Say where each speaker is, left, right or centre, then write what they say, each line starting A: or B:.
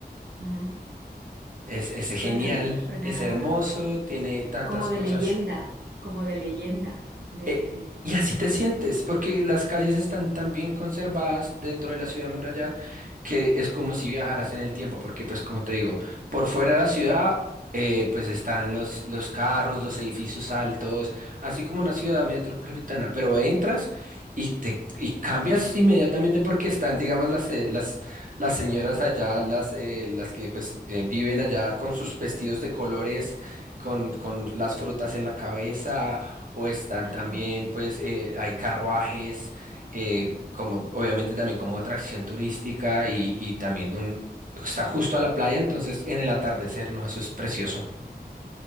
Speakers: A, on the right (about 80°); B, on the right (about 55°).
A: Mm,
B: Es, es
A: Suena
B: genial,
A: bien, suena
B: es hermoso, tiene tantas
A: como
B: cosas.
A: de leyenda, como de leyenda, de
B: Eh, y así te sientes, porque las calles están tan bien conservadas dentro de la ciudad muralla que es como si viajaras en el tiempo, porque pues como te digo, por fuera de la ciudad eh, pues están los, los carros, los edificios altos, así como una ciudad metropolitana, pero entras y te y cambias inmediatamente porque están, digamos, las, eh, las, las señoras allá, las, eh, las que pues eh, viven allá con sus vestidos de colores, con, con las frutas en la cabeza o están
A: Ah,
B: también, pues, eh, hay carruajes, eh, como obviamente también como atracción turística y, y también un, está justo a la playa, entonces en el atardecer, ¿no? Eso es precioso. <clears throat>